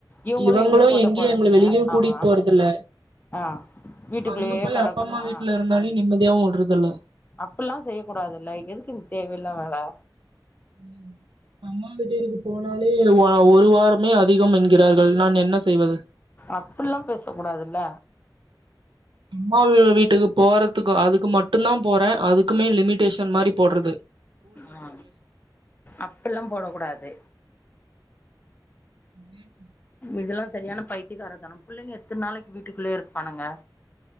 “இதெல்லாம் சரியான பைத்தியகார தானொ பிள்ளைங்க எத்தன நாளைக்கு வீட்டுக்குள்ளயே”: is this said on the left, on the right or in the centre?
Left